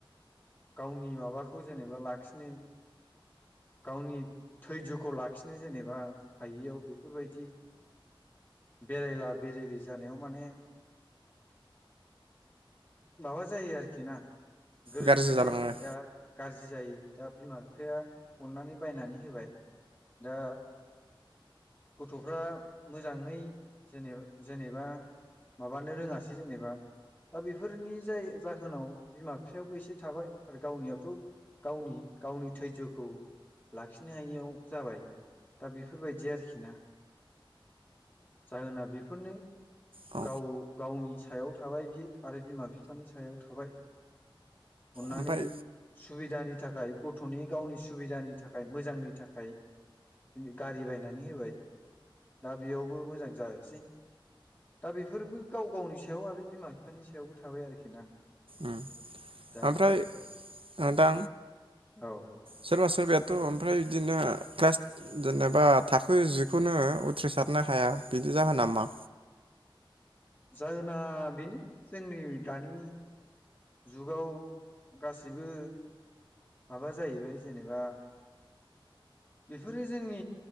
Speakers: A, on the left; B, on the right.
A: गावनि माबाखौ जेनेबा लाखिनो गावनि धैजखौ लाखिनो जेनेबा हायियाव बेफोरबायदि बेरायला बेरायलि जानायाव माने माबा जायो आरोखि ना गोरोन्थि
B: गाज्रि जालाङो
A: जायो
B: औ
A: दा गाज्रि जायो। दा बिमा बिफाया अननानै बायनानै होबाय। दा गथफ्रा मोजाङै जेने जेनेबा माबानो रोङासै जेनेबा दा बेफोरनि जाय जाहोनाव बिमा बिफायावबो एसे थाबाय आरो गावनियावथ गावनि गावनि थैज्यखौ लाखिनो हायियाव जाबाय दा बेफोरबायदि आरोखि ना जाहोना बेफोरनो।
B: औ
A: गाव गावनि सायाव थाबाय बियो आरो बिमा बिफानि सायाव थाबाय। अननानै
B: ओमफ्राय
A: सुबिदानि नि थाखाय गथनि गावनि सुबिदानि थाखाय मोजांनि थाखाय गारि बायनानै होबाय दा बेयावबो मोजां जायासै दा बेफोरबो गाव गावनि सायाव आरो बिमा बिफानि सायावबो थाबाय आरोखि ना।
B: ओ
A: दा
B: ओमफ्राय
A: बेनो
B: ओ दा
A: औ
B: सोरबा सोरबायाथ ओमफ्राय बिदिनो क्लास जेनेबा थाखो जिखौनो उथ्रिसारनो हाया बिनि जाहोना नामा
A: जाहोना बेनो जोंनि दानि जुगाव गासिबो माबा जाहैबाय जेनेबा बेफोरो जोंनि